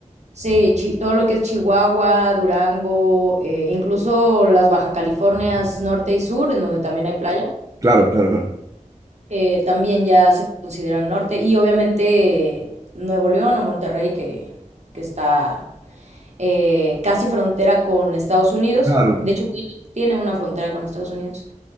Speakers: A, on the right; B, on the right.
A: Sí, chi- todo lo que es Chihuahua, Durango, eh, incluso las Baja Californias norte y sur, en donde también hay playa,
B: Claro, claro, claro.
A: eh, también ya se consideran norte. Y obviamente Nuevo León o Monterrey, que, que está eh, casi frontera con Estados Unidos.
B: Claro.
A: De hecho, tiene, tiene una frontera con Estados Unidos.